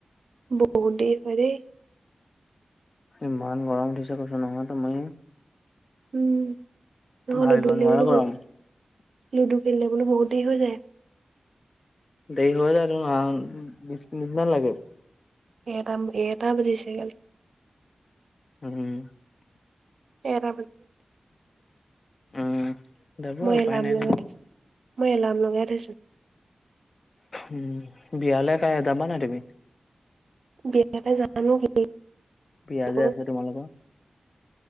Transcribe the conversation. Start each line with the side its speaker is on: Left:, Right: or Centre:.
Right: বহুত দেৰি হয় দেই।
Left: ইমান গৰম উঠিছে, কৈছো নহয় তুমি।
Right: উম, অ'
Left: ভাবিব
Right: লুডু খেলিবলে
Left: নোৱাৰা গৰম।
Right: বহিছো, লুডু খেলিম। বোলো বহুত দেৰি হৈ যায়।
Left: দেৰি হৈ যায় তো আও, বিশ মিনিট মান লাগে।
Right: এটাম-এটা বাজিছে কালি।
Left: উম।
Right: এটা
Left: উম, যাব
Right: মই-মই
Left: উপায়
Right: এলাম
Left: নাই
Right: লগাই
Left: ন।
Right: থৈছো, মই এলাম লগাই থৈছো।
Left: উম, বিয়ালে কালি যাবা নাই তুমি?
Right: বিয়ালে জানো কি
Left: বিয়াজে
Right: কৰো
Left: আছে তোমালোকৰ।